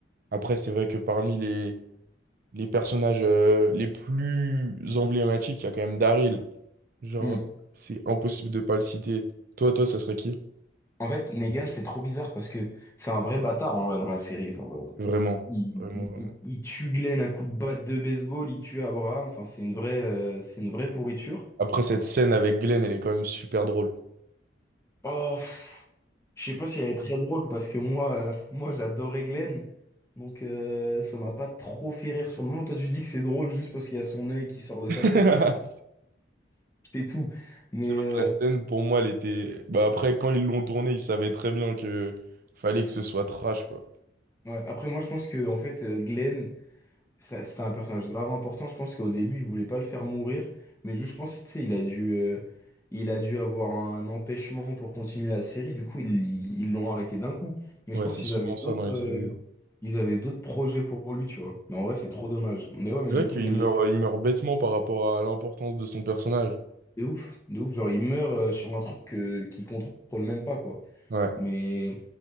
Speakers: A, on the right; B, on the left.
A: après c'est vrai que parmi les, les personnages euh, les plus emblématiques, il y a quand même Daryl. Genre,
B: Hmm.
A: euh, c'est impossible de pas le citer. Toi, toi, ça serait qui?
B: En fait, Negan, c'est trop bizarre parce que c'est un vrai bâtard en vrai dans la série. Genre, euh,
A: Vraiment,
B: il,
A: vraiment,
B: il,
A: vraiment.
B: il- il tue Glenn à coups de batte de baseball, il tue Abraham. Enfin, c'est une vraie, euh, c'est une vraie pourriture.
A: Après cette scène avec Glenn, elle est quand même super drôle.
B: Oh, pff, je sais pas si elle est très drôle parce que moi, euh, <laughs> moi j'adorais Glenn. Donc euh, ça m'a pas trop fait rire sur le moment. Toi tu dis que c'est drôle juste parce qu'il y a son œil qui sort de sa
A: <laughs>
B: tête, quoi. C'est tout. Mais
A: C'est vrai que la scène,
B: euh,
A: pour moi, elle était. Bah après, quand ils l'ont tournée, ils savaient très bien que fallait que ce soit trash, quoi.
B: ouais. Après moi je pense que en fait euh, Glenn. Ça- C'était un personnage grave important. Je pense qu'au début, il voulait pas le faire mourir. Mais juste, je pense, tu sais, il a dû, euh, il a dû avoir un empêchement pour continuer la série. Du coup, ils ils- ils l'ont arrêté d'un coup. Mais
A: Ouais,
B: je pense
A: c'est
B: qu'ils
A: souvent
B: avaient
A: ça
B: d'autres,
A: dans les
B: euh,
A: séries. hein.
B: ils avaient d'autres projets pour lui, tu vois. Mais en vrai, c'est trop dommage. Mais ouais, mais
A: C'est
B: du
A: vrai
B: coup,
A: qu'il
B: Menegas,
A: meurt, il meurt bêtement par rapport à l'importance de son personnage.
B: de ouf, de ouf. Genre, il meurt, euh, sur un truc, que- qu'il contrôle même pas, quoi.
A: Ouais,
B: Mais